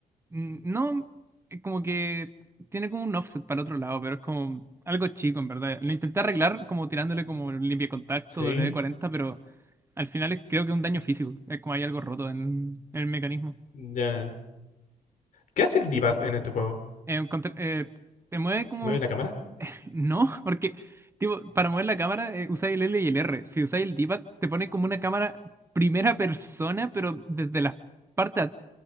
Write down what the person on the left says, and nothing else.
Sí,
ya. ¿Qué hace el d en este juego?
¿Mueve la cámara?